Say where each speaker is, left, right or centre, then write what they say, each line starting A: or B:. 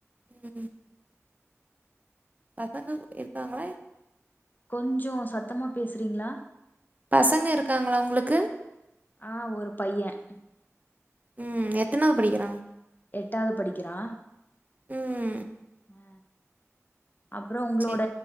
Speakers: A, on the right; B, on the left.
A: ம் பசங்க இருக்காங்களா
B: கொஞ்சோ சத்தமா பேசுறீங்களா
A: பசங்க இருக்காங்களா உங்களுக்கு
B: ஆ ஒரு பையன்
A: ம் எத்தனாவ படிக்கிறா
B: எட்டாவது படிக்கிறா
A: ம்.
B: அ அப்றோ உங்களோட
A: சரி.